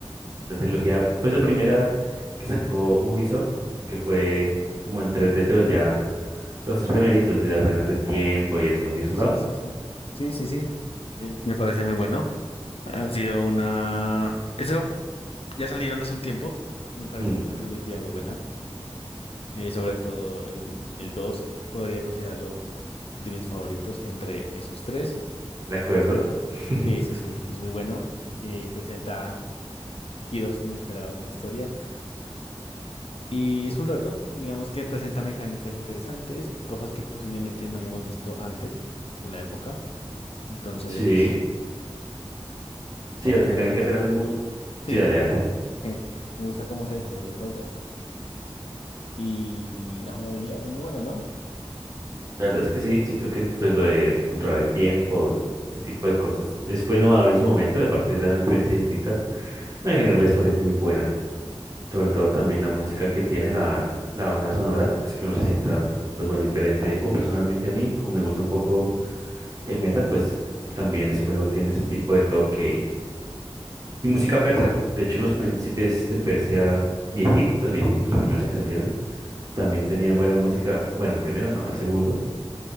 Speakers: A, on the right; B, on the left.
A: la trilogía, pues la primera que sacó Ubisoft, que fue como en tres d pero ya los tres primeritos de las arenas del tiempo y eso, ¿sí has jugado?
B: Sí, sí, sí. Sí, sí, sí. También Me parece muy bueno. Ha sido una... Eso ya salieron hace un tiempo. y Me pareció
A: Mm,
B: una trilogía muy buena. Eh, sobre todo el, el 2 podría considerarlo de mis favoritos entre esos tres.
A: ¿de acuerdo? <laughs>
B: Sí, sí, sí, es muy bueno. eh, presenta giros inesperados en la historia y es un reto, digamos que presenta mecánicas interesantes, cosas que posiblemente no hayamos visto antes de la época. Entonces,
A: Sí, sí,
B: me
A: las
B: gusta
A: mecánicas
B: cómo,
A: eran muy...
B: sí,
A: Sí, dale, dale.
B: <laughs> me gusta cómo se desarrolla el juego y la jugabilidad es muy buena, ¿no?
A: La verdad es que sí, siento que pues lo de controlar el tiempo y ese tipo de cosas es, fue innovador en su momento, de parte de una experiencia distinta. En general la historia es muy buena, sobre todo también la música que tiene, la, la banda sonora, así que uno se sienta pues bueno, diferente. O personalmente a mí, como me gusta un poco el metal, pues también ese juego tiene ese tipo de toque Y música persa. De hecho, los príncipes de Persia viejitos, viejitos, los primeros que salieron, también tenían buena música. Bueno, el primero no, el segundo,